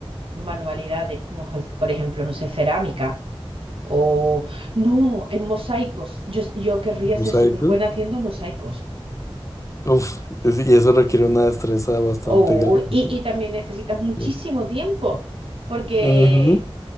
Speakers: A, on the right; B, on the left.
A: manualidades, como je- por ejemplo, no sé, cerámica o no, en mosaicos. Yo, yo querría
B: Mosaico.
A: ser súper buena haciendo mosaicos.
B: Uf, es- y eso requiere una destreza bastante
A: Oh,
B: grande.
A: y, y también necesitas muchísimo
B: ¿no?
A: tiempo, porque,
B: Ujú.